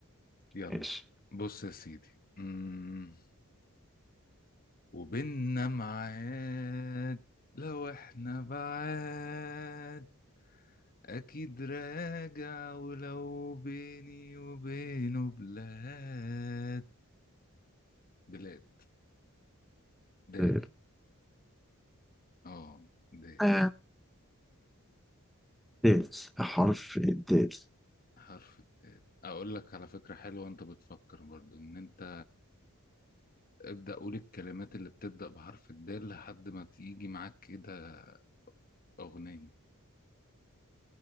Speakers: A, on the left; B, in the centre.
A: يلا
B: ماشي
A: بص يا سيدي امم وبيننا ميعاد لو احنا بعاد اكيد راجع ولو بيني وبينه بلاد بلاد دال
B: دال
A: اه دال
B: آه. دال حرف الدال
A: حرف الدال اقول لك على فكرة حلوة وانت بتفكر برضو ان انت ابدأ قول الكلمات اللي بتبدأ بحرف الدال لحد ما تيجي معاك كده اغنية